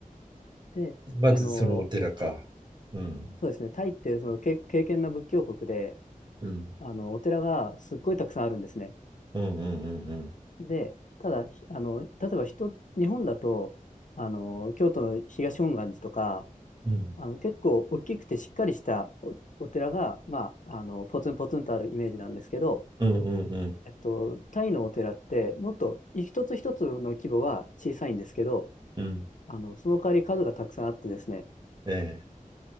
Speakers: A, on the left; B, on the right.
A: で、
B: まずそのお寺か。
A: あの、
B: うん。
A: そうですね、タイってそのけ、敬虔な仏教国で、
B: うん。
A: あの、お寺がすっごいたくさんあるんですね。
B: うんうんうんうん。
A: で、ただ、ひあの、例えば人、日本だと、あの、京都の東本願寺とか、
B: うん
A: あの、結構大きくてしっかりしたお、お寺が、まあ、あの、ポツンポツンとあるイメージなんですけど、
B: うんうんうん
A: えっと、タイのお寺って、もっと一つ一つの規模は小さいんですけど、
B: うん
A: あの、その代わり数がたくさんあってですね、
B: ええ